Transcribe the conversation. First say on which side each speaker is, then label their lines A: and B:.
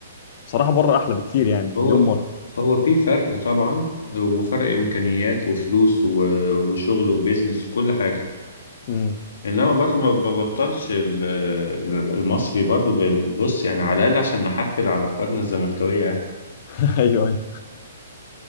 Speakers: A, on the left (about 45°); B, on the left (about 80°).
A: بصراحة بره أحلى بكتير يعني مليون
B: هو
A: مرة
B: هو في فرق طبعا وفرق امكانيات وفلوس و- وشغل وبيزنس وكل حاجه
A: امم
B: انما برضو ما ببطلش ال- ال- المصري برضو ب- بص يعني على الاقل عشان نحفل على اخواتنا الزملكاويه يعني
A: <laughs> أيوه أيوه